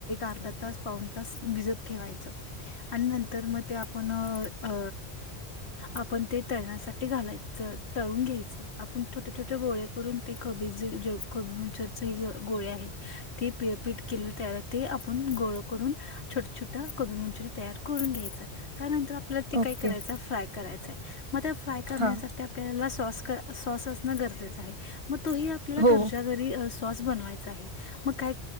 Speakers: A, on the left (about 75°); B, on the right (about 30°).
A: अर्धा तास पाऊण तास भिजत ठेवायच आणि नंतर मग ते आपण अ आपण ते तळण्यासाठी घालायचं तळून घ्यायचे आपण छोटे छोटे गोळे करून ते, कोबीचे ज कोबीमचे गोळे्या आहेत ते पि पीठ केलं त्याला ते आपण गोळ करून छोट छोट्या गोबी मंचुरीन तयार करून घ्यायचं त्यानंतर, आपल्याला ते
B: ओके
A: काय करायचं फ्राय करायचंय मग त्या फ्राय करण्यासाठी
B: हां
A: आपल्याला सॉस क सॉस असणं गरजेचं आहे, मग तोही आपल्याला
B: हो
A: घरच्या घरी सॉस बनवायचा आहे मग काय